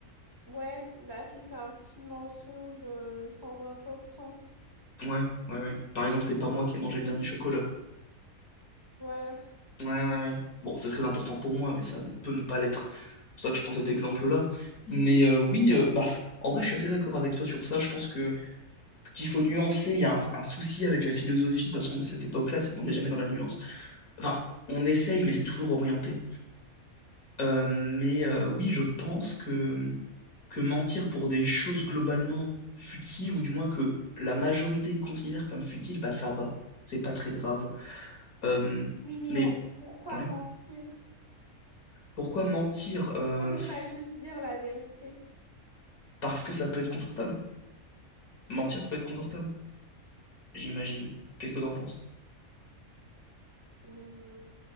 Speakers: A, on the right; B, on the left.
A: Ouais, bah si c'est un petit mensonge euh, sans importance.
B: Ouais, ouais, ouais. Par exemple, c'est pas moi qui ai mangé le dernier chocolat.
A: Voilà.
B: Ouais, ouais, ouais. Bon, c'est très important pour moi, mais ça ne peut ne pas l'être. C'est pour ça que je prends cet exemple-là. Mais euh, oui, euh, bah, en vrai, je suis assez d'accord avec toi sur ça. Je pense que qu'il faut nuancer. Il y a un, un souci avec la philosophie, de toute façon, de cette époque-là, c'est qu'on n'est jamais dans la nuance. Enfin, on essaye, mais c'est toujours orienté. Euh, mais euh, oui, je pense que que mentir pour des choses globalement futiles, ou du moins que la majorité considère comme futiles, bah ça va, c'est pas très grave. Euh,
A: Oui, mais
B: mais
A: on- pourquoi
B: ouais,
A: mentir?
B: pourquoi mentir? Euh,
A: Pourquoi
B: pff,
A: ne pas juste dire la vérité?
B: parce que ça peut être confortable. Mentir peut être confortable, j'imagine. Qu'est-ce que t'en penses?
A: Hum,